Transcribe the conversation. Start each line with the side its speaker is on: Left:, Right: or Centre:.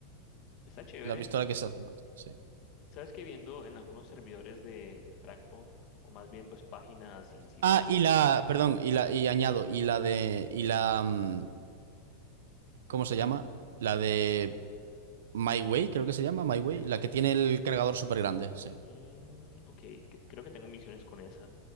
Left: Está chévere.
Right: la pistola que es automática, sí.
Left: Sabes que viendo en algunos servidores de, de Fragpunk, o más bien pues páginas y sitios,
Right: Ah, y la, perdón, y la, y añado, y la de, y la, mm, ¿cómo se llama? La de My Way, creo que se llama, My Way,
Left: MyWay.
Right: la que tiene el cargador súper grande, sí.
Left: Mm, ok, c- creo que tengo misiones con esa.